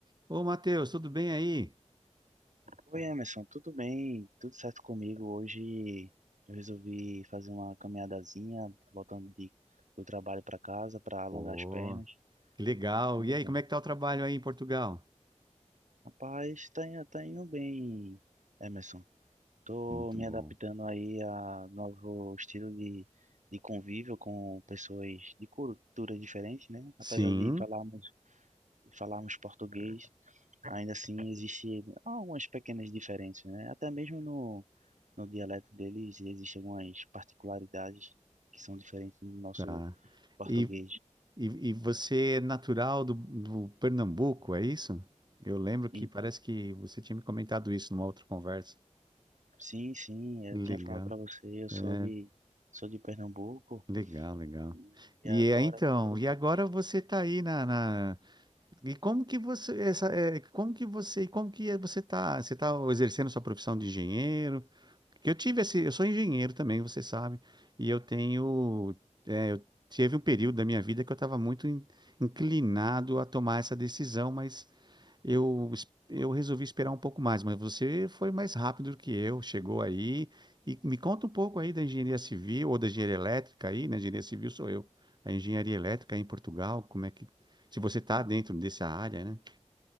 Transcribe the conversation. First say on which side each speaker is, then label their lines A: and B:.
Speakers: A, on the right; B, on the right.
A: Ô, Matheus, tudo bem aí?
B: Oi, Emerson, tudo bem? Tudo certo comigo? Hoje eu resolvi fazer uma caminhadazinha, voltando de, do trabalho para casa para alongar
A: Pô,
B: as pernas.
A: que legal.
B: Sempre
A: E aí,
B: bom.
A: como é que tá o trabalho aí em Portugal?
B: Rapaz, tá, in- tá indo bem, Emerson. Tô
A: Muito
B: me
A: bom.
B: adaptando aí a novo estilo de, de convívio com pessoas de cultura diferente, né? Apesar
A: Sim,
B: de falarmos, falarmos português, Ainda assim, existe algumas pequenas diferenças, né? Até mesmo no, no dialeto deles existem algumas particularidades que são diferentes do nosso
A: tá.
B: português.
A: E, e, e você é natural do, do Pernambuco, é isso? Eu lembro que
B: E,
A: parece que você tinha me comentado isso numa outra conversa.
B: sim, sim, eu
A: Legal.
B: tinha falado para você, eu sou
A: É,
B: de, sou de Pernambuco
A: legal, legal.
B: e
A: E
B: agora...
A: é, então,
B: tô por aqui.
A: e agora você está aí na, na- E como que você, essa, é, como que você, e como que é, você está, você está exercendo sua profissão de engenheiro? que eu tive esse, eu sou engenheiro também, você sabe, e eu tenho, é, eu tive um período da minha vida que eu estava muito in- inclinado a tomar essa decisão, mas eu, es- eu resolvi esperar um pouco mais. Mas você foi mais rápido do que eu, chegou aí, e me conta um pouco aí da engenharia civil ou da engenharia elétrica aí, né? Engenharia civil sou eu, a engenharia elétrica aí em Portugal, como é que, se você está dentro dessa área, né?